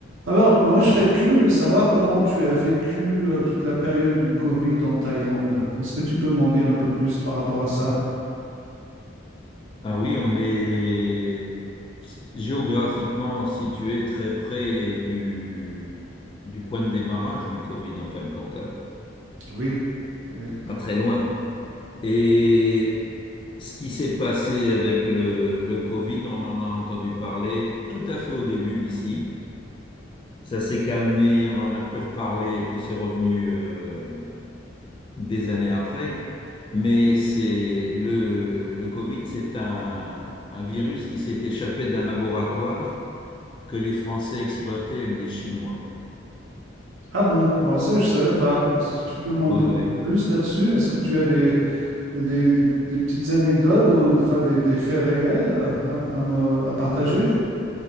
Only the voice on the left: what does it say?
Ah oui, on est géographiquement situé très près du, du point de démarrage du Covid, en fin de compte, hein.
Pas très loin. Et ce qui s'est passé avec le, le Covid, on en a entendu parler tout à fait au début ici. Ça s'est calmé, on n'en a plus reparlé, et puis c'est revenu euh, des années après. Mais c'est le, le Covid, c'est un, un virus qui s'est échappé d'un laboratoire que les Français exploitaient avec des Chinois.
Oui,
oui.